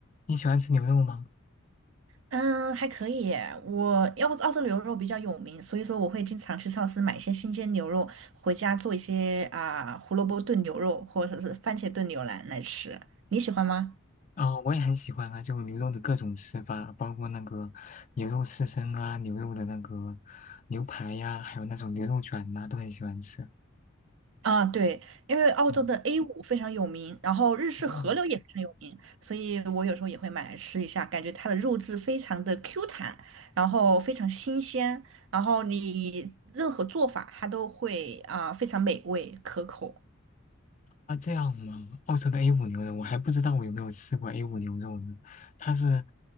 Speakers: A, on the left; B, on the right.
A: 你喜欢吃牛肉吗？
B: 嗯，还可以耶。我澳澳洲牛肉比较有名，所以说我会经常去超市买一些新鲜牛肉，回家做一些啊、胡萝卜炖牛肉或者是番茄炖牛腩来吃。你喜欢吗？
A: 啊，我也很喜欢啊，就牛肉的各种吃法，包括那个牛肉刺身啊，牛肉的那个牛排呀、还有那种牛肉卷呐、都很喜欢吃。
B: 啊，对，因为澳洲的
A: 嗯，
B: A5 非常有名，然后日式和牛也非常有名，
A: 哦，
B: 所以我有时候也会买来吃一下，感觉它的肉质非常的 Q 弹，然后非常新鲜，然后你任何做法它都会啊、非常美味可口。
A: 啊这样嘛，澳洲的 a 五牛肉，我还不知道我有没有吃过 a 五牛肉呢。它是，